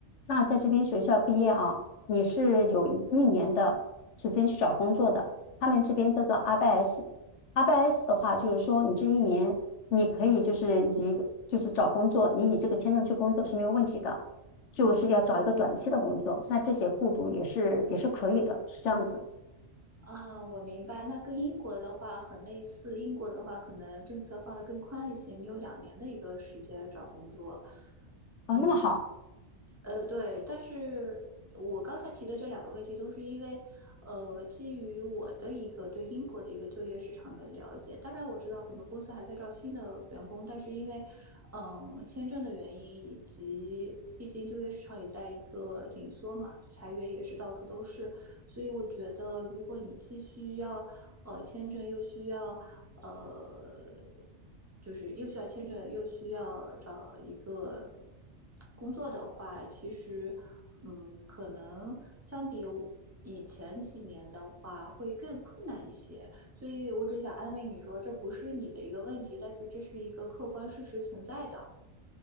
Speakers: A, on the left (about 80°); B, on the right (about 15°).
A: 那在这边学校毕业啊，你是有一年的时间去找工作的。他们这边叫做 RBS。RBS 的话，就是说你这一年你可以就是以就是找工作，你以这个签证去工作是没有问题的，就是要找一个短期的工作。
B: 嗯。
A: 那这些雇主也是也是可以的，是这样子。
B: 啊，我明白。那跟英国的话很类似，英国的话可能政策放得更宽一些，你有两年的一个时间找工作。
A: 哦，
B: 嗯，
A: 那么好，
B: 呃，对。但是我刚才提的这两个问题，都是因为，呃，基于我的一个对英国的一个就业市场的了解。当然，我知道很多公司还在招新的员工，但是因为，嗯，签证的原因以及。毕竟就业市场也在一个紧缩嘛，裁员也是到处都是，所以我觉得，如果你继续要呃，签证又需要呃，就是又需要签证，又需要找一个工作的话，其实嗯，可能相比我以前几年的话，会更困难一些。所以我只想安慰你说，这不是你的一个问题，但是这是一个客观事实存在的。